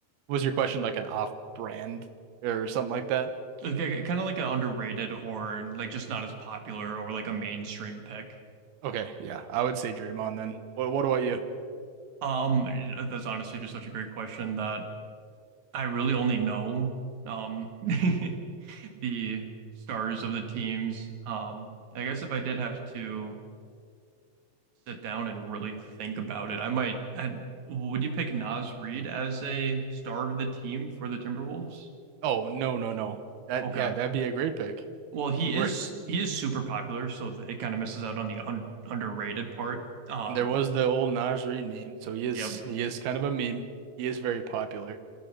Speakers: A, on the right; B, on the right.
A: was your question like an off brand or something like that?
B: Like, kind of like an underrated or like just not as popular or like a mainstream pick.
A: Okay, yeah, I would say Draymond then. What what about you?
B: Um, uh, that's honestly just such a great question that I really only know um <laughs> the stars of the teams. Um, I guess if I did have to sit down and really think about it, I might. I, would you pick Nas Reed as a star of the team for the Timberwolves?
A: Oh no no no. That
B: Okay.
A: yeah, that'd be a great pick.
B: Well, he
A: If he were
B: is he is super popular, so it kind of misses out on the un underrated part. Um.
A: and there was the old Naj Reid meme, so he is
B: Yep,
A: he is kind of a meme. He is very popular.